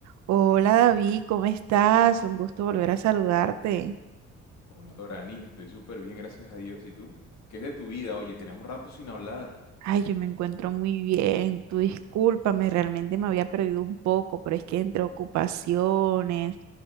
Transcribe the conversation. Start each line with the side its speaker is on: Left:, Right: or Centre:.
Right: Hola David, ¿cómo estás? Un gusto volver a saludarte.
Left: Hola Dorani, estoy súper bien, gracias a Dios. ¿Y tú? ¿Qué es de tu vida? Oye, tenemos rato sin hablar.
Right: Ay, yo me encuentro muy bien. Tú discúlpame, realmente me había perdido un poco, pero es que entre ocupaciones,